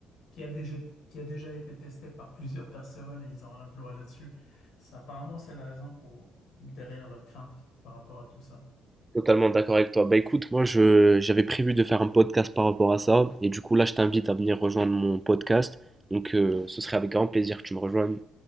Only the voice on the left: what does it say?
qui a déjà, qui a déjà été testé par plusieurs personnes et ils ont un emploi là-dessus. Ça, apparemment, c'est la raison pour derrière leur crainte par rapport à tout ça.